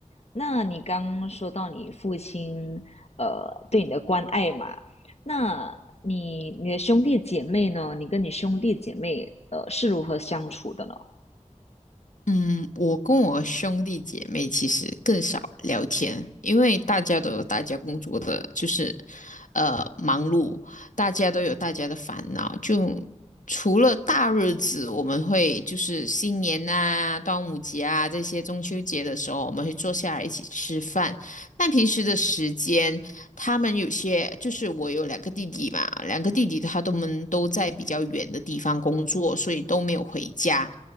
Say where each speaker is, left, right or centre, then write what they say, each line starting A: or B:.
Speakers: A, on the left; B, on the left.
A: 那你刚刚说到你父亲，呃，对你的关爱嘛，那你你的兄弟姐妹呢？你跟你兄弟姐妹，呃，是如何相处的呢？
B: 嗯，我跟我兄弟姐妹其实更少聊天，因为大家都有大家工作的，就是呃忙碌，大家都有大家的烦恼。就除了大日子，我们会就是新年啊、端午节啊这些中秋节的时候，我们会坐下来一起吃饭。但平时的时间，他们有些就是我有两个弟弟嘛，两个弟弟他都们都在比较远的地方工作，所以都没有回家，